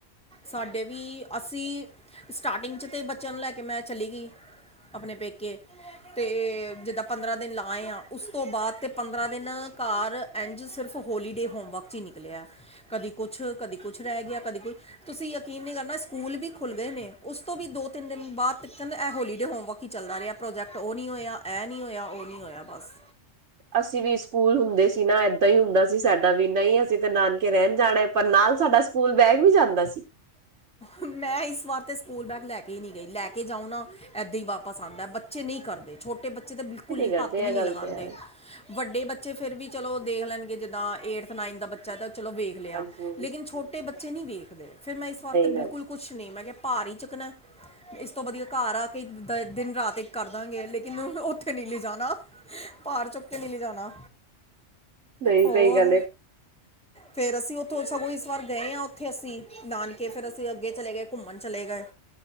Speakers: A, in the centre; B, on the right.
A: ਸਾਡੇ ਵੀ ਅਸੀ ਸਟਾਰਟਿੰਗ ਚ ਤੇ ਬੱਚਿਆਂ ਨੂੰ ਲੈ ਕੇ ਮੈ ਚਲੀ ਗਈ। ਆਪਨੇ ਪੇਕੇ ਤੇ ਜਿੱਦਾਂ ਪੰਦਰਾਂ ਦਿਨ ਲਾਏ ਆ, ਉਸ ਤੋ ਬਾਅਦ ਤੇ ਪੰਦਰਾਂ ਦਿਨ ਘਰ ਇੰਝ ਸ ਸਿਰਫ ਹੋਲੀਡੇ ਹੋਮਵਕ ਚ ਈ ਨਿਕਲਿਆ। ਕਦੀ ਕੁਛ, ਕਦੀ ਕੁਛ ਰੇਹ ਗਿਆ, ਕਦੀ ਕੁ ਤੁਸੀਂ ਯਕੀਨ ਨੀ ਕਰਨਾ, ਸਕੂਲ ਵੀ ਖੁੱਲ ਗਏ ਨੇ, ਉਸ ਤੋਂ ਵੀ ਦੋ ਤਿੰਨ ਦਿਨ ਬਾਦ ਤੀਕਨ ਇਹ ਹੋਲੀਡੇ ਹੋਮਵਕ ਕੀ ਚੱਲਦਾ ਰਿਹਾ ਪ੍ਰੋਜੈਕਟ ਉਹ ਨੀ ਹੋਆ, ਏਹ ਨੀ ਹੋਆ, ਉਹ ਨੀ ਹੋਆ ਬਸ।
B: ਅਸੀਂ ਵੀ ਸਕੂਲ ਹੁੰਦੇ ਸੀ ਨਾ ਏਦਾ ਈ ਹੁੰਦਾ ਸੀ ਸਾਡਾ ਵੀ, ਨਈ ਅਸੀਂ ਤੇ ਨਾਨਕੇ ਰੇਨ ਜਾਨਾਏ। ਪਰ ਨਾਲ ਸਾਡਾ ਸਕੂਲ ਬੈਗ ਵੀ ਜਾਂਦਾ ਸੀ।
A: ਮੈਂ ਇਸ ਵਾਰ ਤੇ ਸਕੂਲ ਬੈਗ ਲੈ ਕੇ ਈ ਨਈ ਗਈ, ਲੈ ਕੇ ਜਾਉ ਨਾ ਏਦਾ ਈ ਵਾਪਸ ਆਂਦਾ, ਬੱਚੇ ਨਹੀ ਕਰਦੇ ਛੋਟ ਤੇ ਬੱਚੇ ਤੇ ਬਿਲਕੁਲ ਨੀ
B: ਕਰਦੇ
A: ਹੱਥ ਵੀ
B: ਇਹ
A: ਨੀ
B: ਗੱਲ
A: ਲਗਾਂਦੇ।
B: ਤੇ ਹੈ,
A: ਵਡੇ ਬੱ ਚੇ ਫੇਰ ਵੀ ਚਲੋ ਦੇਖ ਲੈਨਗੇ ਜਿੱਦਾਂ ਏਟਥ ਨਾਈਨਥ ਦਾ ਬੱਚਾ ਐ ਤਾ ਚਲੋ ਵੇਖ ਲਿਆ
B: ਹਾਂਜੀ
A: ਲੇਕਿਨ
B: ਸਹੀ
A: ਛੋ ਛੋਟੇ ਬੱਚੇ ਨੀ ਵੇਖਦੇ ਫਿਰ ਮੈ ਇਸ ਵਾਰ ਤੇ
B: ਗੱਲ
A: ਬਿਲਕੁਲ ਕੁਛ ਨ ਨਹੀ ਮੈ ਕਿਹਾ ਭਾਰ ਹੀ ਚੁੱਕਣਾ ਇਸ ਤੋਂ ਵਧੀਆ ਘਰ ਆ ਕੇ ਈ ਦਾ ਦਿਨ ਰਾਤ ਏਕ ਕਰਦਾਂਗੇ ਲੇਕਿਨ ਉਥੇ ਨੀ ਲੈਜਨਾ। ਪਾਰ ਚੁੱਕ ਕੇ ਨੀ ਲੈਜਾਨਾ,
B: ਨਹੀਂ
A: ਹੋਰ।
B: ਸਹੀ ਗੱਲ ਹੈ
A: ਫੇਰ ਅਸੀ ਉਥੋਂ ਸਗੋ ਇਸ ਵਾਰ ਗਏ ਆਂ ਉਥੇ ਅਸੀ ਨਾਨਕੇ ਫਿਰ ਅਸੀ ਅੱਗੇ ਚਲੇ ਗਏ, ਘੁੰਮਨ ਚਲੇ ਗਏ,